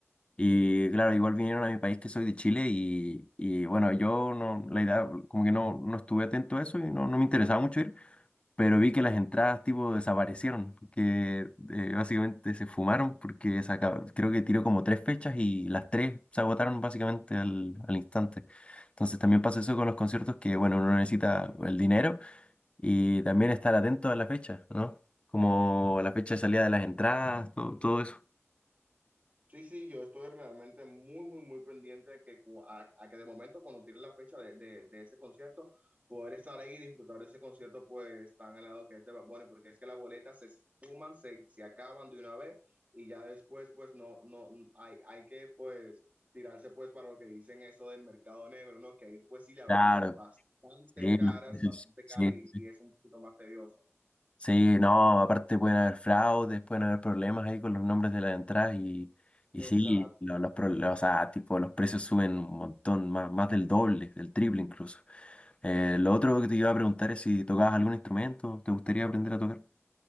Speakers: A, on the left (about 25°); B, on the right (about 35°).
A: y claro, igual vinieron a mi país que soy de Chile y, y, bueno, yo no, la idea, como que no, no estuve atento a eso y no, no me interesaba mucho ir, pero vi que las entradas tipo desaparecieron, que eh, básicamente se fumaron porque se acab- creo que tiró como tres fechas y las tres se agotaron básicamente al, al instante. Entonces también pasa eso con los conciertos que bueno, uno necesita el dinero y también estar atento a la fecha, ¿no? Como la fecha de salida de las entradas, todo, todo eso.
B: Sí, sí, yo estoy realmente muy, muy, muy pendiente a que, cu- a, a que de momento, cuando tienen la fecha de, de- de ese concierto, poder estar ahí y disfrutar de ese concierto, pues tan ganado que es de Bad Bunny, porque es que las boletas se esfuman, se, se acaban de una vez y ya después, pues no, no, hay, hay que, pues, tirarse, pues, para lo que dicen eso del mercado negro, ¿no? Que ahí, pues, sí la
A: Claro,
B: venden bastante
A: sí,
B: caras,
A: los precios,
B: bastante
A: sí,
B: cara y,
A: sí. sí.
B: y es un poquito más tedioso.
A: Sí, no, aparte pueden haber fraudes, pueden haber problemas ahí con los nombres de las entradas y, y
B: Exacto.
A: sí, lo- los, pro- lo- o sea, tipo, los precios suben un montón, más, más del doble, del triple incluso. Eh, lo otro que te iba a preguntar es si tocabas algún instrumento, ¿te gustaría aprender a tocar?